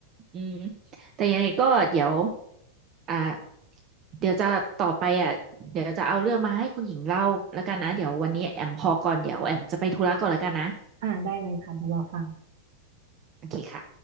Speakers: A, on the right; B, on the right.
A: อืมแต่ยังไงก็เดี๋ยวอ่าเดี๋ยวจะต่อไปอ่ะเดี๋ยวจะเอาเรื่องมาให้คุณหญิงเล่าแล้วกันนะ เดี๋ยววันนี้แอมพอก่อนเดี๋ยวแอมจะไปธุระก่อนแล้วกันนะ
B: อ่าได้เลยค่ะเดี๋ยวรอฟัง
A: โอเคค่ะ